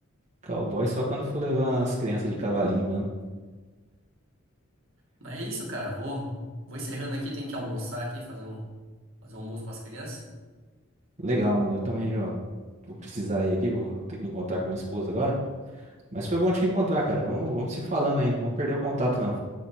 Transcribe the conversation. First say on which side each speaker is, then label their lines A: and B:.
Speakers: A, on the right (about 35°); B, on the right (about 70°).
A: cowboy só quando for levar as crianças de cavalinho mesmo.
B: Mas é isso, cara. Vou, vou encerrando aqui. Tem que almoçar aqui, fazer um, fazer um almoço para as crianças.
A: Legal, mano. Eu também já vou precisar ir aqui, vou ter que encontrar com minha esposa agora. Mas foi bom te encontrar, cara. Vamos, vamos se falando aí. Não Vamos perder o contato, não.